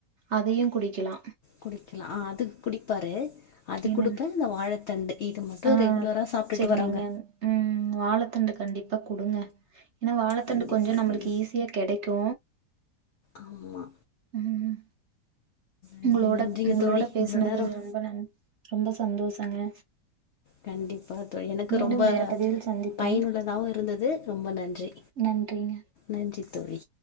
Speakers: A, on the right (about 55°); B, on the left (about 75°).
A: அதையு குடிக்கலா
B: குடிக்லா ஆ அதுக்குடிப்பாரு அது
A: என்னங்க?
B: கொடுப்பே இந்த வாழைத்தண்டு இது மட்டு
A: ஆ
B: ரெகுலரா சாப்ட்டுட்டு
A: சரி
B: வராங்க
A: நீங்க ம் வாழத்தண்டு கண்டிப்பா குடுங்க ஏன்னா வாழைத்தண்டு
B: கண்டிப்பா
A: கொஞ்சோ நம்மளுக்கு
B: தோழி
A: ஈஸியா கெடைக்கு
B: ஆமா
A: ம்
B: நன்றி
A: உங்களோட
B: நன்றிங்க
A: உங்களோட
B: தோழி
A: பேசுனது
B: இவ்ளோ நேரோ
A: ரொம்ப நன் ரொம்ப சந்தோஷங்க
B: கண்டிப்பா எனக்கு
A: மீண்டும்
B: ரொம்ப
A: வேற பதிவில் சந்திப்போம்.
B: பயனுள்ளதாவு இருந்தது ரொம்ப நன்றி
A: நன்றிங்க.
B: நன்றி தோழி